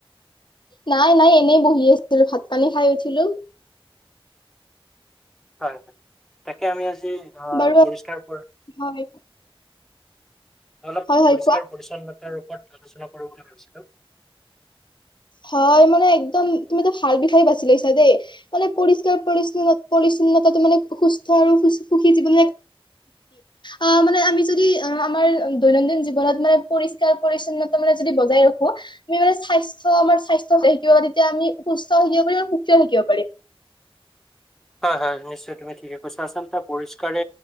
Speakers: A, on the left; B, in the centre.
A: নাই, নাই, এনেই বহি আছিলোঁ। ভাত পানী খায় উঠিলোঁ।
B: হয়, হয় তাকে, আমি আজি
A: বাৰু
B: পৰিষ্কাৰ হয়।
A: হয়,
B: অলপ
A: হয় হয়
B: পৰিষ্কাৰ-পৰিচ্ছন্নতাৰ
A: কোৱা।
B: ওপৰত আলোচনা কৰোঁ বুলি ভাবিছিলোঁ।
A: হয় মানে একদম তুমিতো ভাল বিষয়ে বাচি লৈছা দেই, মানে পৰিষ্কাৰ-পৰি্ চ্ছন্নতাাতটো মানে, সুস্থ আৰু সুখী জীৱন আহ' মানে, আমি যদি আমাৰ দৈনন্দিন জীৱনত মানে, পৰিষ্কাৰ-পৰিচ্ছন্নতা নিজেই যদি বজাই ৰাখি নিজৰ চ আমাৰ স্বাস্থ্য থাকিব পাৰ। তেতিয়া আমি সুস্থ থাকিব পাৰি আৰু সুকীও থাকিব পাৰিম।
B: হয়, হয় নিশ্চয় তুমি ঠিকে কৈছা। আচলতে পৰিষ্কাৰে